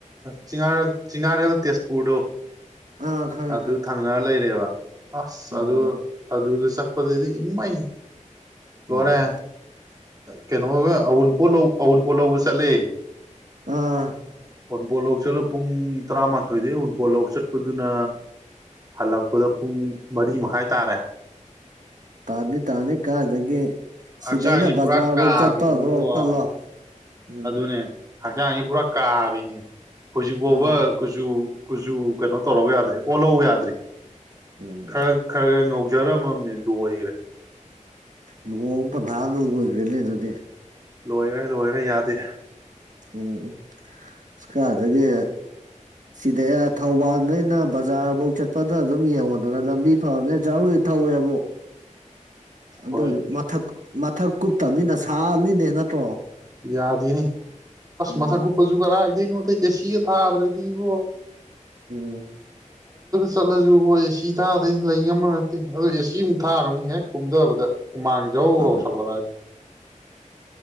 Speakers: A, on the right (about 30°); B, on the right (about 70°).
A: ꯆꯤꯉꯥꯔꯦꯜ ꯆꯤꯉꯥꯔꯦꯜ ꯇꯦꯖꯄꯨꯔꯗꯣ
B: ꯑꯥ ꯈꯪꯉꯦ
A: ꯑꯗꯨ
B: ꯈꯪꯉꯦ
A: ꯊꯪꯅꯔ ꯂꯩꯔꯦꯕ ꯑꯁ
B: ꯑꯣ
A: ꯑꯗꯨ ꯑꯗꯨꯗ ꯆ ꯗꯗꯤ ꯏꯃ
B: ꯎꯝ
A: ꯂꯔꯦ ꯀꯩꯅꯣꯒ ꯑꯎꯟ ꯄꯣ ꯑꯟ ꯄꯣꯠ ꯂꯧꯕ ꯆꯠꯂꯤ
B: ꯑꯥ
A: ꯑꯥꯎꯟꯄꯣꯠ ꯂꯧ ꯆꯠꯂ ꯄꯨꯡ ꯇꯔꯥꯃꯥꯊꯣꯏꯗꯤ ꯑꯥꯎꯟꯄꯣꯠ ꯂꯧ ꯆꯠꯄꯗꯨꯅ ꯍꯜꯂꯛꯄꯗ ꯄꯨꯡ ꯃꯔꯤ ꯃꯈꯥꯏ ꯇꯥꯔꯦ
B: ꯇꯥꯅꯤ ꯇꯥꯅꯤ ꯀꯥꯒꯦ
A: ꯍꯛꯆꯥꯡꯁꯤ
B: ꯁꯤꯗꯩꯅ
A: ꯄꯨꯔꯥ
B: ꯕꯖꯥꯔ
A: ꯀꯥꯕꯤꯅꯤꯕꯣ
B: ꯐꯧ ꯆꯠꯇꯣ ꯈꯜꯂꯣ ꯎꯝ
A: ꯑꯗꯨꯅꯦ ꯍꯛꯆꯥꯡꯁꯤ ꯄꯨꯔꯥ ꯀꯥꯕꯤꯅꯦ ꯍꯧꯖꯤꯛ ꯐꯥꯎꯕ
B: ꯑꯥ
A: ꯀꯨꯆꯨ ꯀꯨꯆꯨ ꯀꯩꯅꯣ ꯇꯧꯔꯧ ꯌꯥꯗ꯭ꯔꯦ ꯑꯣꯜꯍꯧ ꯌꯥꯗ꯭ꯔꯤ
B: ꯎꯝ
A: ꯈꯔ ꯈꯔ ꯈꯔꯒ ꯉꯧꯖꯔꯝꯃꯥꯕꯅꯦ ꯂꯔꯦ
B: ꯂꯨꯍꯣꯡ ꯄꯟꯊꯥꯗ ꯂꯣꯏꯈ꯭ꯔꯦꯅꯦ ꯑꯗꯨꯗꯤ
A: ꯂꯣꯏꯈꯔꯦ ꯂꯣꯏꯈꯔꯦ ꯌꯥꯗꯦ
B: ꯎꯝ ꯎꯝ ꯀꯥꯏꯗꯒꯤ ꯁꯤꯗ ꯊꯧꯕꯥꯜꯗꯩꯅ ꯕꯖꯥꯔ ꯄꯥꯎ ꯆꯠꯄꯗꯅ ꯑꯗꯨꯝ ꯌꯦꯡꯉꯣꯗꯅ ꯂꯝꯕꯤ ꯐꯕꯅꯦꯅ ꯖꯔꯕꯨꯗꯤ ꯊꯧꯋꯦꯕꯨ ꯑꯃꯛ ꯑꯗꯨꯗꯣ
A: ꯍꯣꯏ
B: ꯃꯊꯛ ꯃꯊꯛ ꯀꯨꯞꯇꯕꯅꯤꯅ ꯁꯥꯕꯃꯤꯅꯦ ꯅꯠꯇ꯭ꯔꯣ
A: ꯌꯥꯗꯑꯦꯅꯦ ꯀꯁ
B: ꯎꯝ
A: ꯃꯊꯛ ꯀ ꯎꯄꯁꯨꯨꯒꯔ ꯍꯥꯏꯒꯗ ꯁꯤꯒ ꯊꯥꯗ꯭ꯔꯥꯗꯤ ꯏꯕꯣ
B: ꯎꯝ
A: ꯆꯜꯂꯖꯨ ꯍꯣꯏ ꯍꯤ ꯇꯥꯗ ꯂꯩꯉꯝꯕ ꯅꯠꯇꯦ ꯑꯗꯣ ꯑꯦꯁꯤꯃꯨꯛ ꯊꯥꯔꯨꯅꯦ ꯍꯦꯛ ꯀꯨꯝꯊꯕꯗ ꯑꯗꯨ ꯎꯃꯥꯡꯖꯧ
B: ꯑꯗꯨ
A: ꯂꯥꯎꯅ ꯁꯧꯒꯠꯂꯛꯑꯅꯤ